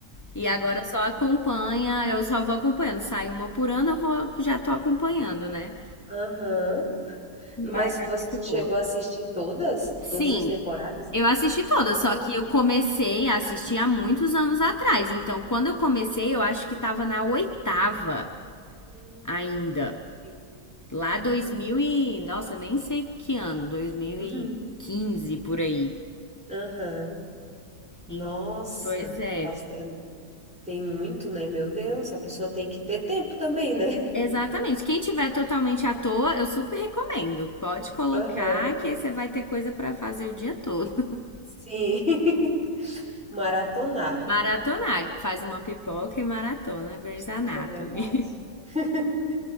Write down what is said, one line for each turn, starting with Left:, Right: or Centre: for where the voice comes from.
Left: E agora só acompanha, eu só vou acompanhando. Sai uma por ano, eu vou, já tô acompanhando, né?
Centre: Aham.
Left: Mas
Centre: Mas você
Left: é muito
Centre: tu
Left: boa.
Centre: chegou a assistir todas?
Left: Sim,
Centre: Todas as temporadas?
Left: eu assisti toda,
Centre: Nossa,
Left: só que eu comecei a assistir há muitos anos atrás. Então, quando eu comecei, eu acho que tava na oitava
Centre: hum,
Left: ainda.
Centre: entendi.
Left: Lá
Centre: Aham.
Left: dois mil e... Nossa, nem sei que ano. dois mil
Centre: <laughs>
Left: e quinze por aí.
Centre: Aham. Nossa,
Left: Em- Pois é.
Centre: bastante, Tem muito, né? Meu Deus, a pessoa tem que ter tempo também, né?
Left: Exatamente. Quem tiver totalmente à toa, eu super recomendo. Pode colocar
Centre: Aham,
Left: que aí você vai ter coisa pra fazer o dia todo. <laughs>
Centre: sim. <laughs> Maratonar,
Left: Maratonar. Faz uma pipoca e maratona Grey's Anatomy.
Centre: é verdade. <laughs>